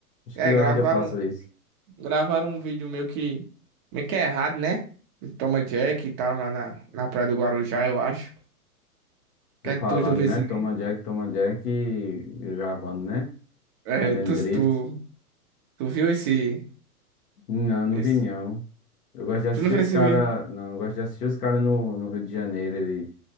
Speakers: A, on the left; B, on the right.
A: Acho
B: É,
A: que eu
B: gravaram
A: ainda faço isso.
B: Gravaram um vídeo meio que. meio que é errado, né? Do Toma Jack e tal, lá na, na Praia do Guarujá, eu acho.
A: Tô
B: Quer
A: falando,
B: que tu já viu
A: né?
B: esse
A: Toma
B: vídeo?
A: Jack, toma Jack e gravando, né?
B: É,
A: Fazendo
B: tu,
A: drift.
B: tu, tu viu esse,
A: Não, não
B: esse.
A: vi não. Eu gosto de assistir
B: Tu não viu
A: os
B: esse
A: caras.
B: vídeo?
A: Não, eu gosto de assistir os caras no, no Rio de Janeiro, ele